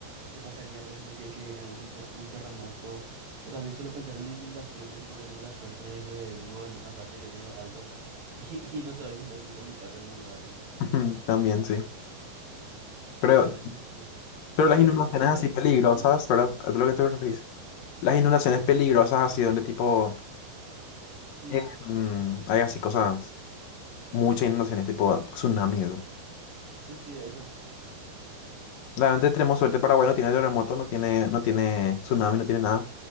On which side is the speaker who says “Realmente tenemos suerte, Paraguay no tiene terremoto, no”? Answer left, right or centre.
Left